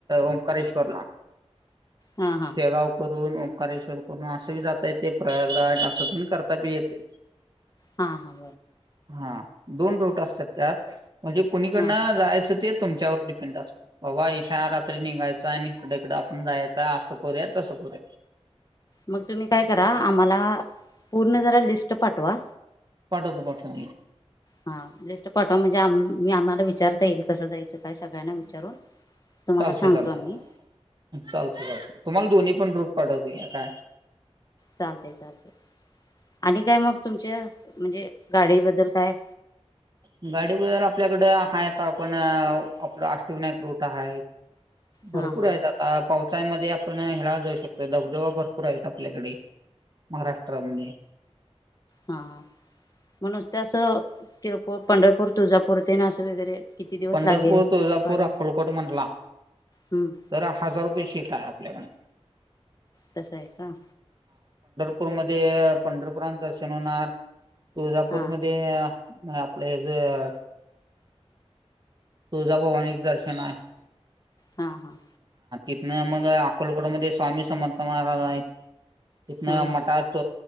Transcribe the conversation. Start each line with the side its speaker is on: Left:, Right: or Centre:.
Right: ओंकारेश्वरला
Left: हां हां
Right: शेगाव क तून ओंकारेश्वर करून असही जाता येते प्रयागराज असं करता बी येते
Left: हा, हा
Right: ह दोन रूट असतात त्यात म्हणजे कोणीकडन
Left: हां हां
Right: जायचं ते तुमच्यावर डिपेंड असते बाबा इशा रात्री निघायचं आणि इकडकडडे आपण जायचंय असं करूया तसं र
Left: मग तुम्ही काय करा आम्हाला पुर्ण जरा लिस्ट पाठवा
Right: पाठवतो, पाठवतो
Left: हा लिस्ट पाठवा म्हणजे आम्ही आम्हाला विचारता येईल कसं जायचं काय सगळ्यांना विचारून तुम्हाला
Right: चालतय,
Left: सांगतो
Right: चालतय
Left: आम्ही
Right: चालते, चालते तुम्हाला दोन्ही पण रूट पाठवतो घ्या काय
Left: चालतय चालतंय आणि काय मग तुमच्या म्हणजे गाडीबद्दल काय
Right: हं गाडी वगैरे आपल्याकडे आहेत पण आपलं अष्टविनायक रूट आहे
Left: हा
Right: भरपूर
Left: हा
Right: आहेत आता पावसाळ्यामध्ये आपण ह्याला जाऊ शकतो धबधबा भरपूर आहेत आपल्याकडे महाराष्ट्रामध्ये
Left: हा म्हणुसते असं किरकोळ पंढरपूर तुळजापूर ते ना असं वगैरे किती दिवस
Right: पंढरपूर,
Left: लागेल
Right: तुळजापूर,
Left: भाडं
Right: अक्कलकोट म्हटला
Left: हम्म
Right: तर हजार रुपये शीट आहे लगन
Left: तस आहे का
Right: पंढरपुर मध्ये पंढरपुरात दर्शन होणार तुळजापूरमध्ये
Left: हा
Right: आपल्या ह्याच तुळजाभवानी दर्शन आहे
Left: हा, हा
Right: इथंन मग अक्कलकोट मध्ये स्वामी समर्थ महाराज आहे इथन
Left: होय
Right: मठात
Left: होय